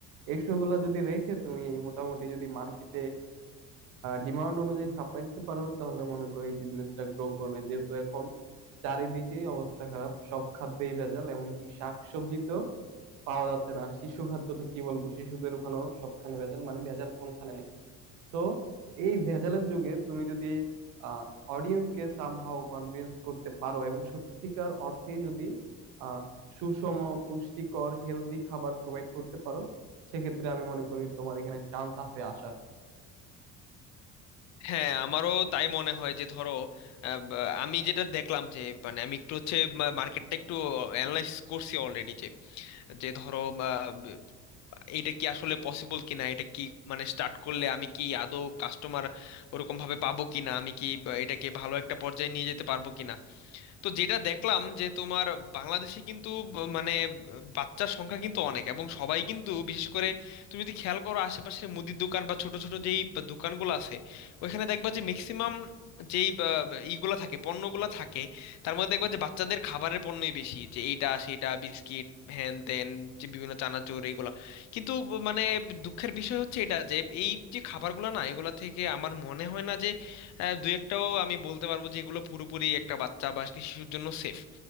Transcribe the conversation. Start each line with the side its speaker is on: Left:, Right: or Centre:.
Right: এইসবগুলা যদি রেখে তুমি মোটামুটি যদি মার্কেটে ডিমান্ড অনুযায়ী সাপ্লাই দিতে পারো তাহলে মনে করি বিজনেসটা গ্রো করবে যেহেতু এখন চারিদিকেই অবস্থা খারাপ সব খাদ্যেই ভেজাল এমনকি শাক সবজিতেও পাওয়া যাচ্ছে না আর শিশু খাদ্য তো কি বলবো শিশুদের ওখানেও সবখানে ভেজাল মানে ভেজাল কোনখানে নেই তো এই ভেজালের যুগে তুমি যদি আহ অডিয়েন্সকে সামহাও কনভিন্স করতে পারো এবং সত্যিকার অর্থে যদি আহ সুষম পুষ্টিকর হেলদি খাবার প্রোভাইড করতে পারো সেক্ষেত্রে আমি মনে করি তোমার এখানে চান্স আছে আসার
Left: হ্যাঁ আমারও তাই মনে হয় যে ধরো আহ, বা- আমি যেটা দেখলাম যে মানে আমি একটু হচ্ছে মার্কেটটা একটু অ্যানালাইসিস করছি অলরেডি যে যে ধরো আহ, এটা কি আসলে পসিবল কিনা এটা কি মানে স্টার্ট করলে আমি কি আদৌ কাস্টমার ওরকম ভাবে পাবো কিনা আমি কি বা এটাকে ভালো একটা পর্যায়ে নিয়ে যেতে পারবো কিনা তো যেটা দেখলাম যে তোমার বাংলাদেশে কিন্তু ব- মানে ব- বাচ্চার সংখ্যা কিন্তু অনেক এবং সবাই কিন্তু বিশেষ করে তুমি যদি খেয়াল করো আশেপাশে মুদির দোকান বা ছোট ছোট যেই বা দোকানগুলো আছে ওইখানে দেখবা যে ম্যাক্সিমাম যেই বা বা ইগুলা থাকে পণ্যগুলা থাকে তার মধ্যে দেখবা যে বাচ্চাদের খাবারের পণ্যই বেশি যে এইটা সেটা বিস্কিট হ্যান ত্যান যে বিভিন্ন চানাচুর এইগুলা কিন্তু ব- মানে দুঃখের বিষয় হচ্ছে এটা যে এই যে খাবারগুলো না এগুলা থেকে আমার মনে হয় না যে হ্যাঁ দুই একটাও আমি বলতে পারবো যে এগুলো পুরোপুরি একটা বাচ্চা বা শিশুর জন্য সেফ